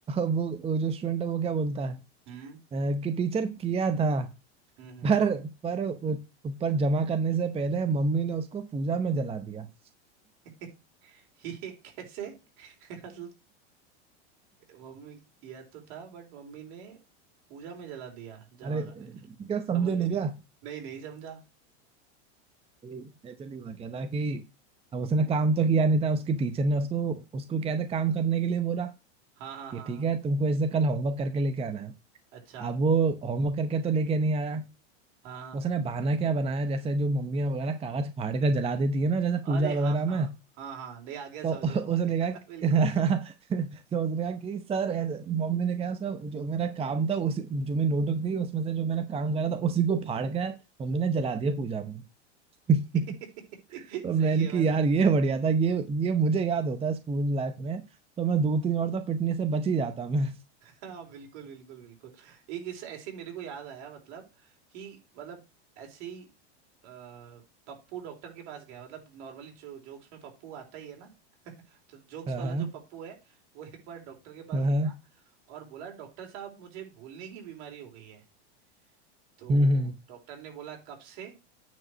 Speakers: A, on the right (about 15°); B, on the right (about 55°).
A: वो वो जो स्टूडेंट है वो क्या बोलता है
B: हम्म
A: अ, कि टीचर किया था
B: हम्म हम्म
A: पर पर ऊपर जमा करने से पहले मम्मी ने उसको पूजा में जला दिया
B: <laughs> ये कैसे <laughs> मतलब मम्मी किया तो था बट मम्मी ने पूजा में जला दिया जमा
A: अरे
B: करने से
A: क्या समझे
B: समझ में
A: नहीं
B: नहीं
A: क्या
B: नहीं नहीं समझा
A: ये ऐसा नहीं हुआ क्या था कि अब उसने काम तो किया नहीं था उसकी टीचर ने उसको उसको क्या था काम करने के लिए बोला
B: हाँ हाँ
A: कि
B: हाँ
A: ठीक
B: हाँ।
A: है तुमको ऐसे कल होमवर्क करके लेके आना है
B: अच्छा
A: अब वो होमवर्क करके तो लेके नहीं आया
B: हाँ हाँ।
A: उसने बहाना क्या बनाया जैसे जो मम्मियाँ वगैरह कागज फाड़ कर जला देती है ना जैसे
B: अरे
A: पूजा वगैरह
B: हाँ हाँ
A: में
B: हाँ हाँ नहीं आ गया समझ
A: तो <laughs>
B: में अब
A: उसने
B: आ गया
A: कहा कि-
B: <laughs> बिल्कुल
A: <laughs> तो उसने कहा कि सर ऐसे मम्मी ने कहा उसका जो मेरा काम था उसी जो मैं नोटबुक दी उसमें से जो मैंने काम करा था उसी को फाड़ के मम्मी ने जला दिया पूजा में <laughs>
B: <laughs>
A: तो मैंने
B: सही है
A: कि
B: मतलब
A: यार ये बढ़िया था ये ये मुझे याद होता है स्कूल लाइफ में तो मैं दो तीन और तो पिटने से बच ही जाता मैं
B: हाँ बिल्कुल बिल्कुल बिल्कुल एक इस ऐसे मेरे को याद आया मतलब कि मतलब ऐसे ही अ, पप्पू डॉक्टर के पास गया मतलब नॉर्मली जो जोक्स में पप्पू आता ही है ना <laughs> तो जोक्स
A: <laughs> हाँ
B: वाला
A: हाँ
B: जो पप्पू है वो एक बार डॉक्टर के पास
A: हाँ हाँ,
B: गया और बोला डॉक्टर साहब मुझे भूलने की बीमारी हो गई है तो
A: हम्म हम्म,
B: डॉक्टर ने बोला कब से